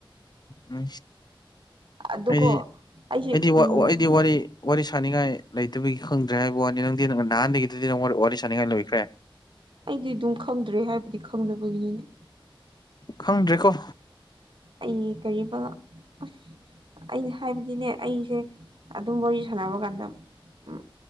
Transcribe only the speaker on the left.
ꯎꯝ
ꯑꯩꯗꯤ ꯑꯩꯗꯤ
ꯑꯩꯗꯤ ꯋꯥꯔꯤ ꯋꯥꯔꯤ ꯁ ꯁꯅꯤꯡꯉꯥꯏ ꯂꯩꯇꯕꯒꯤ ꯈꯪꯗ꯭ꯔꯦ ꯍꯥꯏꯕ ꯋꯥꯅꯤ ꯅꯪꯗꯤ ꯅ ꯅꯍꯥꯟꯗꯒꯤꯗꯨꯗꯤ ꯅꯪ ꯋꯥꯔꯤ ꯁꯅꯤꯡꯉꯥꯏ ꯂꯩꯣꯏꯈ꯭ꯔꯦ
ꯈꯪꯗ꯭ꯔꯦꯀꯣ